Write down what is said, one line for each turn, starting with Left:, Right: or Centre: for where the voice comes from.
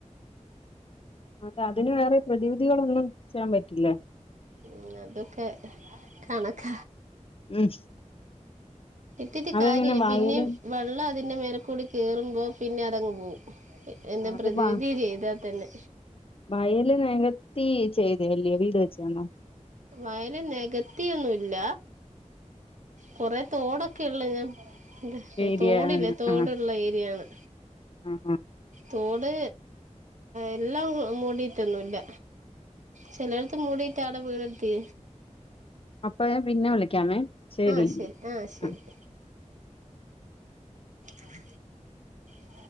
Left: അതെ, അതിന് വേറെ പ്രതിവിധികളൊന്നും? ചെയാൻ പറ്റില്ലേ
Right: ഉ അതൊക്കെ കണക്ക
Left: ഉം.
Right: ഇത്തിരി
Left: അതെങ്ങനെ
Right: കാര്യവേ
Left: വയല്
Right: പിന്നേം വെള്ളം അതിന്റെമേളിക്കൂടി കയറുമ്പോ... പിന്നെ അതങ്ങ് പോവും. എന്താ
Left: അത്
Right: പ്രതിവിധി
Left: വ... അത്
Right: ചെയ്താൽ തന്നെ
Left: വയല് നികത്തി ചെയ്തല്ലേ? വീട് വെച്ച്തന്നോ?
Right: വയല നികത്തിയൊന്നുല്ല കൊറെ തോടൊക്കെ ഉള്ള ഞാൻ
Left: ശരിയാണ്.
Right: ഇ തോടില്ലേ തോടുള്ള
Left: ആ
Right: ഏരിയയാണ്.
Left: ആ ആ.
Right: തോട് എല്ലാം മൂടിയിട്ടൊന്നുമില്ല ചിലയിടത്ത് മൂടിയിട്ടാണ് വീട്.. െ <inaudible>
Left: അപ്പൊ ഞാൻ പിന്നെ വിളിക്കാമേ. ശരിയെങ്കി.
Right: ആഹ ശരി ആഹ ശരി.
Left: ആ.
Right: മന പ മഴ മ